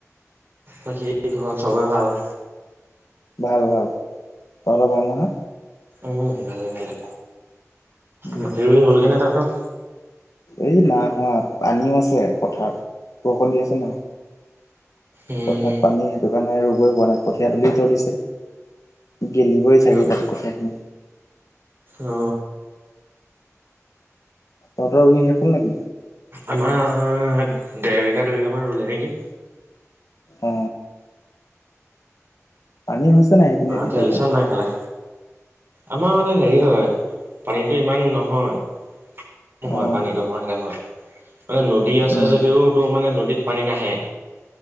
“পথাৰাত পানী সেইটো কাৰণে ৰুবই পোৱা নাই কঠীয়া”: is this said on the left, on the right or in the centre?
Left